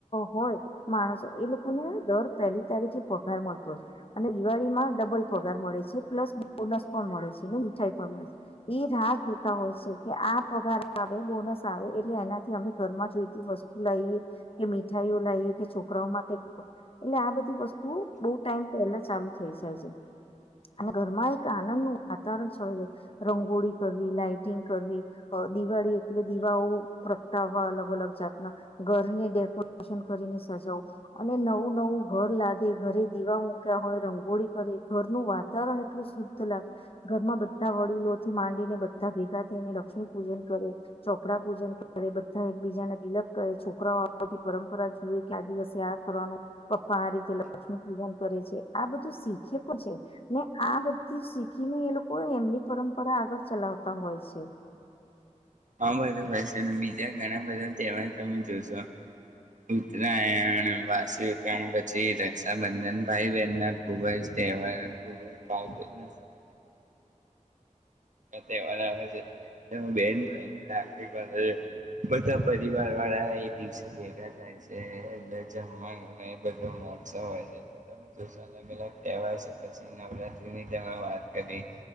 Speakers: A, on the left; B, on the right.
A: હોય માણસો એ લોકોને દર પહેલી તારીખે પગાર મળતો હોય અને દિવાળીમાં ડબલ પગાર મળે છે પ્લસ બોનસ પણ મળે છે ને મીઠાઈ પણ મળે છે એ રાહ જોતા હોય છે કે આ પગાર આવે બોનસ આવે એટલે એનાથી અમે ઘરમાં જોઈતી વસ્તુ લાઈએ કે મીઠાઈઓ લાઈએ કે છોકરાઓ માટે એટલે આ બધી વસ્તુ બો ટાઈમ પહેલા ચાલુ થઈ જાય છે. અને ઘરમાં એક આનંદનુ વાતાવરણ છવાઈ જાય રંગોળી કરવી લાાઈટિંગ કરવી દિવાળી એટલે દીવાઓ પ્રગટાવવા અલગ અલગ જાતના ઘરને ડેકોરેશન કરીને સજાવું અને નવું નવું ઘર લાગે ઘરે દીવા મૂક્યા હોય રંગોળી કરે ઘરનું વાતાવરણ એટલું શુદ્ધ લાગે ઘરમાં બધા વડીલોથી માંડીને બધા ભેગા થઈને લક્ષ્મી પૂજન કરે ચોપડા પૂજન કરે બધા એકબીજાને તિલક કરે છોકરાઓ આવથી પરંપરા જુએ કે આ દિવસે આ કરવાનું પપ્પા આ રીતે લક્ષ્મી પૂજન કરે છે આ બધું શી ખયે પણ છે ને આ બધી શીખીને એ લોકો એમની પરંપરા આગળ ચલાવતા હોય છે.
B: હા બધું <unintelligible> છે બીજા ઘણા બધા તહેવાર તમે જોશો ઉતરાયણ વાસી ઉતરાયણ પછી રક્ષાબંધન ભાઈ બહેન ના ખૂબ જ તહેવાર <unintelligible> તહેવાર આવે છે તેમા બેન ભાઈને રાખડી બાંધ છે બધા પરિવાર વાળા એ દિવસે ભેગા થાય છે જમવા એ બધો મહોત્સવ હોય છે અલગ અલગ તહેવાર છે પછી નવરાત્રીની તમે વાત કરી